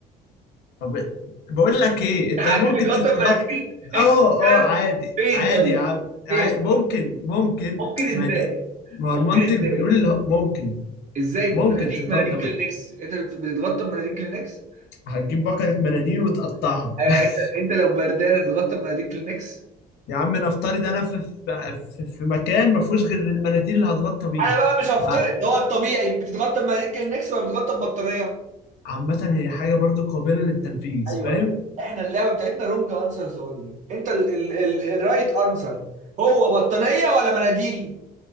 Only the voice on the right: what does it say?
في حد
بيتغطى
بمناديل انت
بتتكلم
فين
طيب؟
فين؟
ممكن ازاي؟
ممكن
ازاي؟
ازاي
مناديل
مناديل كلينكس
انت بت- بتتغطى بمناديل كلينكس؟
ايوه
انت انت لو بردان تتغطى بمناديل كلينكس
انا بقى مش هفترض
ده هو الطبيعي بتتغطى بمناديل كلينكس ولا بتتغطى ببطانيه
ايوه
ايوه احنا اللعبه بتاعتنا رونج انسرز اونلي انت ال ال ال الرايت انسر هو بطانيه ولا مناديل